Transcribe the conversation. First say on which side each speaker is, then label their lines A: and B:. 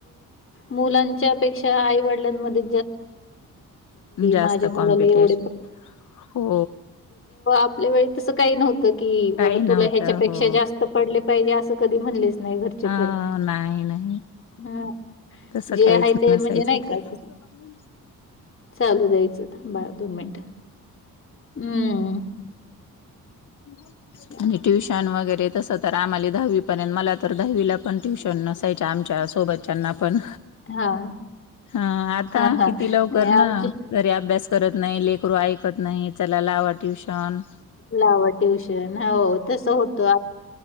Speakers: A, on the left; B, on the left.
A: मुलांच्या पेक्षा आईवडिलांमध्ये <inaudible>
B: जास्त
A: माव
B: कॉम्पिटिशन हो
A: प पा वळी तसं काही नव्हतं की
B: काही
A: बाबा
B: नव्हतं
A: तुला ह्याच्यापेक्षा
B: हो
A: जास्त पडले पाहिजे असं कधी म्हणले <inaudible> नाही घरचे
B: हा
A: पण
B: नाही नाही
A: हम <inaudible> <inaudible>
B: तसं
A: जे
B: काहीच
A: आहे ते
B: नसायचं
A: म्हणजे नाही
B: ते
A: का चालू द्यायचं थबा दोन मिनट हम्म <inaudible>
B: <inaudible>
A: त्यामुळे
B: आणि ट्युशन वगैरे तस आम्हाली दहावी पर्यंत मला तर दहावीला पण ट्युशन नसायच <inaudible> आमच्या सोबतच्याना पण.
A: हां,
B: हा आता
A: हां, हां.
B: किती लवकर
A: नाही आमची
B: ना घरी अभ्यास करत नाही लेकरू ऐकत नाही? ललावा ट्यूशन <inaudible>
A: ला ट्युशन हो तस होत आ